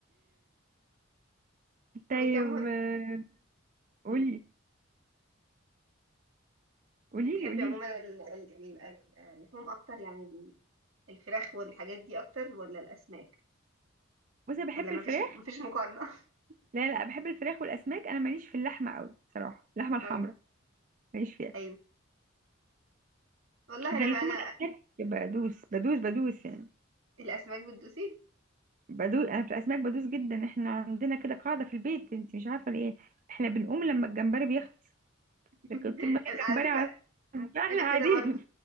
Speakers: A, on the right (about 85°); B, on the right (about 40°).
A: <laughs> طب
B: طيب
A: انت عموما
B: آه، قولي
A: مم.
B: قوليلي
A: انت بتحبي
B: قوليلي
A: عموما ال- ال- ال- اللحوم اكتر يعني ال- الفراخ والحاجات دي اكتر ولا الاسماك
B: بصي أنا بحب
A: ولا مفيش
B: الفراخ
A: مفيش مقارنة <laughs>
B: لا لا بحب الفراخ والاسماك انا ماليش في اللحمه قوي بصراحه اللحمه الحمراء
A: اه
B: ماليش فيها
A: ايوه والله
B: لكن
A: انا بقى
B: لحوم
A: انا
B: الاسماك بدوس بدوس بدوس يعني
A: الاسماك بتدوسي
B: بدوس انا في الاسماك بدوس جدا احنا عندنا كده قاعده في البيت انت مش عارفه ليه احنا بنقوم لما الجمبري بيخلص
A: <laughs>
B: لكن طول ما في
A: انا على
B: جمبري
A: فكرة
B: عز- احنا
A: انا
B: قاعدين
A: كده برضو